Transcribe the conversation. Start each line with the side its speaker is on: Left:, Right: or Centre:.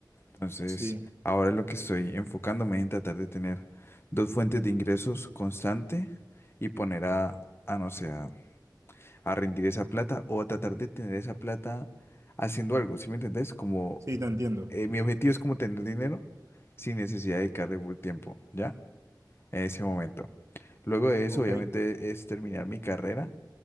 Left: Entonces,
Right: Sí,
Left: ahora lo que estoy enfocándome es en tratar de tener dos fuentes de ingresos constante y poner a, a no sé, a, a rendir esa plata o a tratar de tener esa plata haciendo algo, ¿sí me entendés? Como
Right: sí, te entiendo.
Left: eh, mi objetivo es como tener dinero sin necesidad de dedicarle full tiempo, ¿ya? En ese momento. Luego de eso,
Right: Ok.
Left: obviamente, es terminar mi carrera